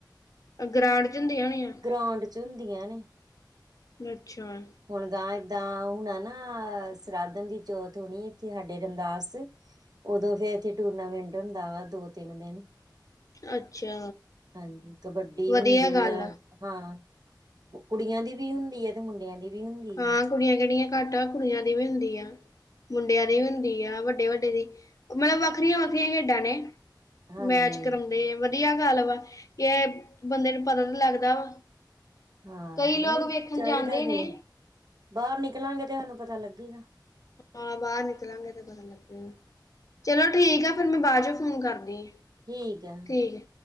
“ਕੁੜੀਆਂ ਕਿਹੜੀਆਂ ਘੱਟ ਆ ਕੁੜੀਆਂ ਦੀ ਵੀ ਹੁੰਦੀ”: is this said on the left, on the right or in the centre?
Left